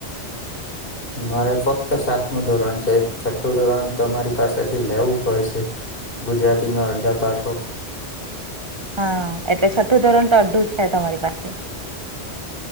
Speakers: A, on the left (about 55°); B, on the right (about 25°).
A: મારે ફક્ત સાતમું ધોરણ છે છઠ્ઠું ધોરણ તમારી પાસેથી લેવું પડશે ગુજરાતીમાં અડધા પાઠો
B: હા એટલે છઠ્ઠું ધોરણ તો અડઢું છે તમારી પાસે